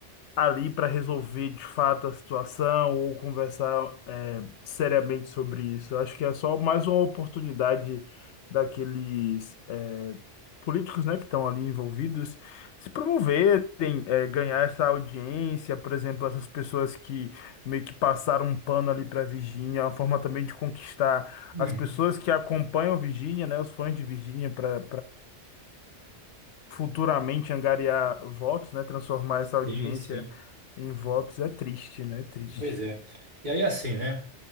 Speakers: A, on the left (about 75°); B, on the right (about 45°).
A: ali para resolver de fato a situação ou conversar é, seriamente sobre isso. Eu acho que é só mais uma oportunidade daqueles é, políticos, né, que estão ali envolvidos se promoverem, é, ganhar essa audiência, por exemplo, essas pessoas que meio que passaram um pano ali para Virgínia, é uma forma também de conquistar
B: Hum,
A: as pessoas que acompanham Virgínia, né, os fãs de Virgínia para Futuramente angariar votos, né? Transformar essa audiência
B: sim, sim.
A: em votos é triste, né? Triste.
B: Pois é. E aí, assim, né?